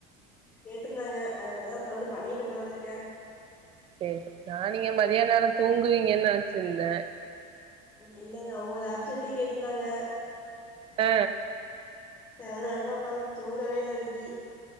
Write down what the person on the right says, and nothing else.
சேர் சேர் நா நீங்க மதியான் நேரோ தூங்குவீங்கன் நெனச்சிர்ந்த
ஆ